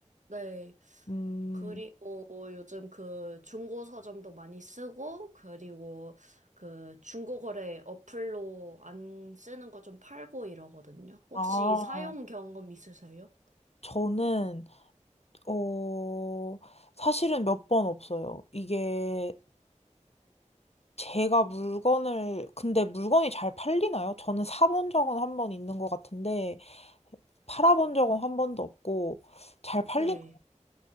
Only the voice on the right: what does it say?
네.
그리고 요즘 그 중고 서점도 많이 쓰고, 그리고 그 중고 거래 어플로 안 쓰는 거 좀 팔고 이러거든요. 혹시
사용 경험 있으세요?
네.